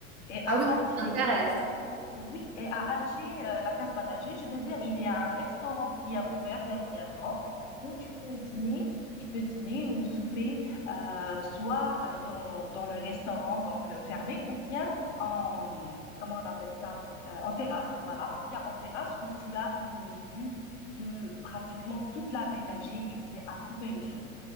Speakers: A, on the left; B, on the right.
A: Et à
B: Ah oui,
A: Alger,
B: ça m'intéresse.
A: oui, et à Alger, heu, la Casbah d'Alger, je veux dire, il y a un restaurant qui a ouvert dernièrement où tu peux dîner tu peux dîner ou souper, heu, soit, heu, dans dans le restaurant donc heu, fermé ou bien en, mmh, comment on appelle ça? Heu, en terrasse, voilà, ou bien en terrasse où tu as une vue de pratiquement toute la baie d'Alger et c'est à couper le souffle.